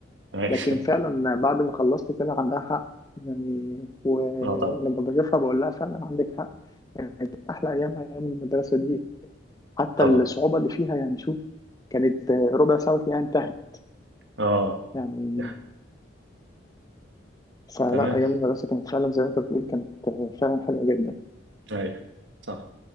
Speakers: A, on the right; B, on the left.
A: أيوة.
B: لكن فعلا بعد ما خلصت طلع عندها حق يعني ولما
A: <laughs> اه طبعا
B: بشوفها بقول لها فعلا عندك حق كانت احلى ايام ايام المدرسه دي حتى
A: طبعا
B: الصعوبه اللي فيها يعني شوف كانت ربع ساعه وتلاقيها انتهت
A: اه
B: يعني
A: يح.
B: فلا
A: تمام
B: ايام المدرسه كانت فعلا زي ما انت بتقول كانت فعلا حلوه جدا
A: ايوه صح